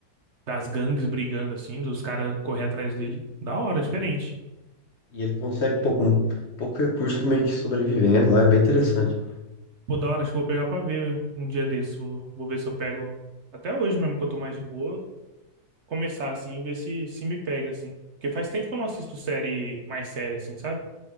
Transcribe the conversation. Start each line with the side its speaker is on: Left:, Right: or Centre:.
Right: das gangues brigando assim, dos caras correr atrás dele.
Left: e,
Right: Da hora, diferente.
Left: e ele consegue pouco, pouco recurso meio que sobrevivendo lá, é bem interessante.
Right: Pô, da hora, acho que eu vou pegar pra ver um dia desse. Vou, vou ver se eu pego. Até hoje mesmo que eu tô mais de boa, começar, assim, e ver se, se me pega, assim. Porque faz tempo que eu não assisto série mais séria, assim, sabe?